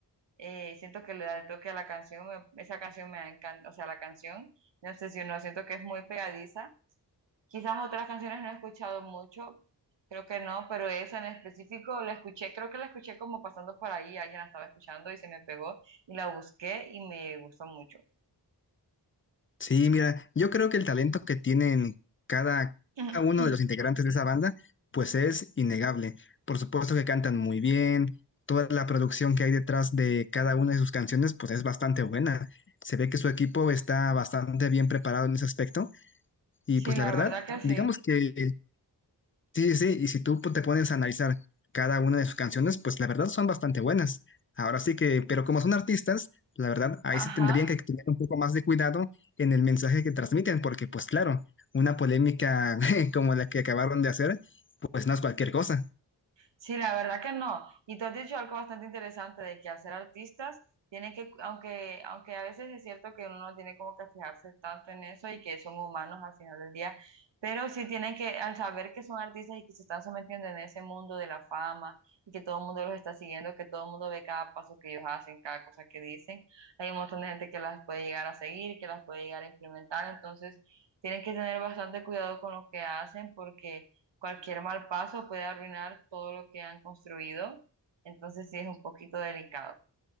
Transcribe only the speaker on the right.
Eh, siento que le da el toque a la canción. me- esa canción me encanta. O sea, la canción me obsesionó. Siento que es muy pegadiza. Quizás otras canciones no he escuchado mucho. Creo que no, pero esa en específico la escuché. Creo que la escuché como pasando por ahí. Alguien la estaba escuchando y se me pegó. Y la busqué y me gustó mucho.
<laughs>
Sí,
la
verdad que Algo,
sí.
ajá
Sí, la verdad que no. Y tú has dicho algo bastante interesante de que al ser artistas, tienen que, aunque, aunque a veces es cierto que uno no tiene como que fijarse tanto en eso y que son humanos al final del día, pero sí tienen que, al saber que son artistas y que se están sometiendo en ese mundo de la fama y que todo el mundo los está siguiendo, que todo el mundo ve cada paso que ellos hacen, cada cosa que dicen, hay un montón de gente que las puede llegar a seguir, que las puede llegar a implementar, entonces tienen que tener bastante cuidado con lo que hacen porque Cualquier mal paso puede arruinar todo lo que han construido, entonces sí es un poquito delicado.